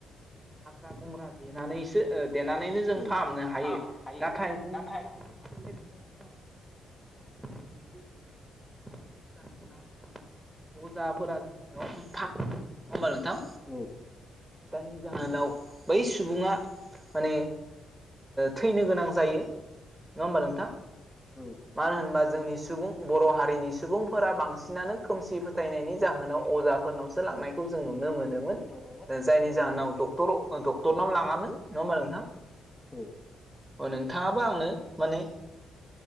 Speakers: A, on the right; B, on the left.
A: बे हाग्रा बंग्रा देनानैसो देनानैनो जों
B: औ
A: फाहामनो हायो
B: हायो
A: नाथाय जोंनि
B: नाथाय
A: सुबुं <unintelligible> बेखौ थ' अजा बेजा अजा फोरा जोंनियाव फाहामो नंङा होनबा नोंथां
B: औ औ
A: जायनि जाहोनाव बै सुबुंङा माने थैनो गोनां जायो नंङा होमबा नोंथां
B: औ
A: मानो होनबा जोंनि सुबुं बर' हारिनि सुबुंफोरा बांसिनानो खोमसि फोथायनायनि जाहोनाव अजा फोरनावसो लांनायखौ जों नुनो मोनोमोन
B: मोनोमोन
A: जायनि जाहोनाव डक्टर डक्टर नाव लाङामोन नङा होनबा नोंथां
B: औ
A: अ नोंथाङाबा आंनो माने